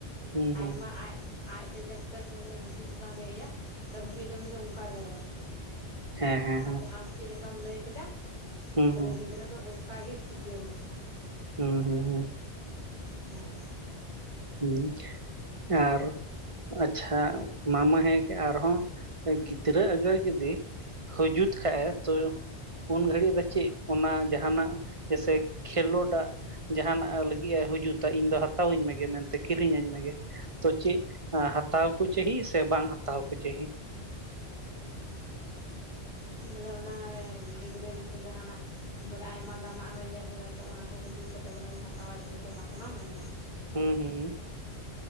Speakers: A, on the right (about 30°); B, on the left (about 45°).
A: ᱦᱩᱸ
B: ᱟᱭᱢᱟ
A: ᱦᱩᱸ
B: ᱟᱡ ᱟᱡᱛᱮ ᱡᱚᱵ ᱛᱚᱠ ᱵᱚᱞᱮ ᱦᱩᱫᱤᱥ ᱵᱟᱝ ᱦᱮᱡ ᱟᱭᱟ, ᱛᱟ ᱦᱟᱹᱵᱤᱡ ᱫᱚ ᱩᱱᱤ ᱫᱚ ᱚᱱᱠᱟᱜᱮᱭ ᱾
A: ᱦᱮᱸ ᱦᱮᱸ
B: ᱚᱱᱟ
A: ᱦᱮᱸ
B: ᱛᱮ ᱟᱢ ᱪᱮᱫ ᱞᱮᱠᱟᱢ ᱞᱟᱹᱭ ᱠᱮᱫᱟ
A: ᱦᱩᱸ
B: ᱵᱚᱞᱮ
A: ᱦᱩᱸ
B: ᱜᱤᱫᱽᱨᱟᱹ ᱫᱚ ᱚᱱᱠᱟ ᱜᱮ ᱪᱮᱫ ᱡᱟᱹᱨᱩᱲ ᱠᱟᱱᱟ᱾
A: ᱦᱩᱸ ᱦᱩᱸ ᱦᱩᱸ
B: ᱦᱮᱸ
A: ᱦᱮᱸ, ᱟᱨ ᱟᱪᱪᱷᱟ ᱢᱟ ᱢᱟ ᱦᱮᱸ ᱜᱮ ᱟᱨᱦᱚᱸ ᱜᱤᱫᱽᱨᱟᱹ ᱟᱜᱟᱨ ᱡᱩᱫᱤ ᱦᱩᱡᱩᱛ ᱠᱷᱟᱭᱮ ᱛᱚᱭᱳ ᱩᱱ ᱜᱷᱟᱹᱲᱤᱡ ᱫᱚ ᱪᱮᱫ ᱚᱱᱟ ᱡᱟᱦᱟᱱᱟᱜ ᱡᱮᱥᱮ ᱠᱷᱮᱞᱳᱰᱟᱜ ᱡᱟᱦᱟᱱᱟᱜ ᱞᱟᱹᱜᱤᱫ ᱮ ᱦᱤᱡᱩᱛᱟ ᱤᱧ ᱫᱚ ᱦᱟᱛᱟᱣᱟᱹᱧ ᱢᱮᱜᱮ ᱢᱮᱱᱛᱮ ᱠᱤᱨᱤᱧᱟᱹᱧ ᱢᱮᱜᱮ ᱛᱚ ᱪᱮᱫ ᱦᱟᱛᱟᱣ ᱠᱚ ᱪᱟᱹᱦᱤ ᱥᱮ ᱵᱟᱝ ᱦᱟᱛᱟᱣ ᱠᱚ ᱪᱟᱹᱦᱤ
B: ᱵᱚᱞᱮ ᱚᱱᱟ ᱜᱤᱫᱽᱨᱟᱹ ᱡᱮᱭᱥᱮ ᱡᱟᱦᱟᱱᱟᱜ ᱵᱚᱞᱮ ᱟᱭᱢᱟ ᱫᱟᱢᱟᱜ ᱦᱚᱸᱭ ᱧᱮᱞ ᱠᱮᱫᱟ ᱛᱚ ᱚᱱᱟ ᱠᱚ ᱦᱤᱡᱩᱛ ᱠᱟᱛᱮᱫ ᱵᱚᱞᱮ ᱩᱱᱤ ᱦᱟᱛᱟᱣᱟᱭ ᱪᱮ ᱥᱮ ᱵᱟᱝ ᱚᱱᱟᱢ ᱢᱮᱱ ᱮᱫᱟ?
A: ᱦᱩᱸ ᱦᱩᱸᱦᱩᱸ᱾